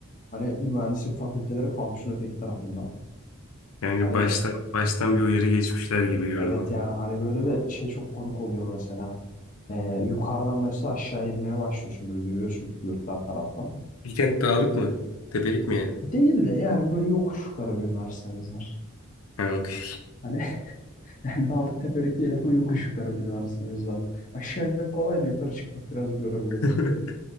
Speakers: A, on the left; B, on the left.
A: hani mühendislik fakülteleri kampüsün öteki tarafında.
B: Yani
A: Hani
B: baştan baştan bir uyarı geçmişler gibi gördüm.
A: evet yani hani böyle bir şey çok komik oluyor mesela. Ee, yukarıdan mesela aşağı inmeye başlıyorsun böyle yürüyorsun yurtlar taraftan.
B: Bilkent dağlık mı? Tepelik mi yani?
A: Değil de yani böyle yokuş yukarı bir üniversitemiz var.
B: Ha, okey.
A: Hani <laughs> yani dağlık tepelik değil ama yokuş yukarı bir üniversitemiz var. Aşağı inmek kolaydı yukarı çıkmak biraz görebiliyor
B: <laughs>
A: bazen.